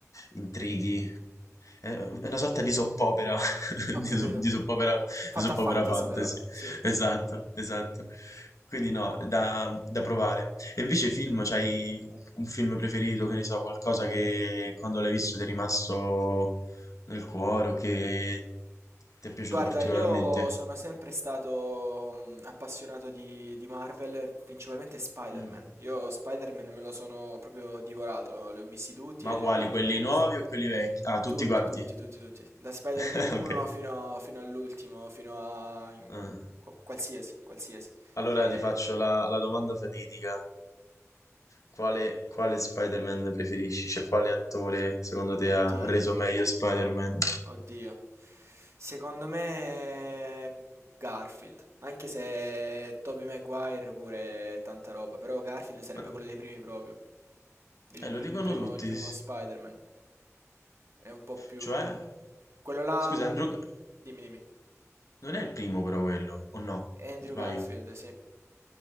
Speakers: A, on the left (about 80°); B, on the right (about 60°).
A: intrighi. È è una sorta di soppopera, <laughs>
B: ho
A: di,
B: capito.
A: so- di soppopera,
B: Fatta
A: di soppopera
B: a fantasy
A: fantasy.
B: però, sì.
A: Esatto, esatto. Quindi no, da, da provare. E invece film, c'hai un un film preferito, che ne so, qualcosa che quando l'hai visto ti è rimasto nel cuore o che ti è piaciuto
B: Guarda,
A: particolarmente?
B: io sono sempre stato mm, appassionato di, di Marvel, principalmente Spider-Man.
A: Mm.
B: Io Spider-Man me lo sono proprio divorato, no? Li ho visti tutti
A: Ma
B: e li
A: quali?
B: ho anche
A: Quelli
B: rivisti.
A: nuovi o quelli vecchi? Ah, tutti
B: Tutti,
A: quanti?
B: tutti, tutti, tutti. Da Spider-Man
A: <laughs>
B: 1
A: Ok.
B: fino, fino all'ultimo, fino a... in-
A: Ah.
B: qu- qualsiasi, qualsiasi.
A: Allora
B: E-
A: ti faccio la, la domanda fatidica. Quale, quale Spider-Man preferisci? Cioè, quale attore secondo te
B: Oddio.
A: ha reso meglio Spider-Man?
B: Oddio. Secondo me mm, Garfield, anche se Tobey Maguire pure è tanta roba, però Garfield sarebbe
A: Ma-
B: quello dei primi proprio, il,
A: Eh, lo
B: il
A: dicono
B: primo,
A: tutti.
B: il primo Spider-Man, è un po' più...
A: Cioè,
B: Quello là,
A: scusa,
B: mm,
A: Andrew...
B: dimmi, dimmi,
A: Non è il primo però quello, o no?
B: Andrew
A: Sbaglio.
B: Garfield, sì.